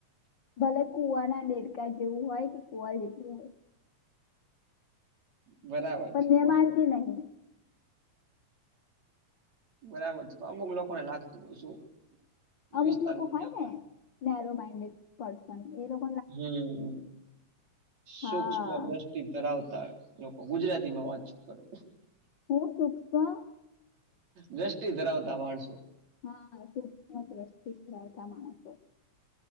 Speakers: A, on the left (about 60°); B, on the right (about 65°).
A: ભલે કુવાના ડેર જેવું હોય કે કુવા જેતું હોય
B: બરાબર
A: પણ
B: છે
A: મે
B: પોતપોતાનું.
A: માનતી નહી.
B: બરાબર છે અમુક લોકોને લાગતું હોય શું
A: અમુક
B: વિસ્તારમાં
A: લોકો હોય ને નેરો માઇન્ડેડ પર્સન એ લોકો
B: હમ્મ
A: હા
B: સુક્ષ્પદ તી ધરાવતા લોકો, ગુજરાતીમાં વાતચીત કરો.
A: હું સુક્ષ્મ
B: દ્રષ્ટિ ધરાવતા માણસો.
A: હા, સૂક્ષ્મ દ્રષ્ટિ ધરાવતા માણસો.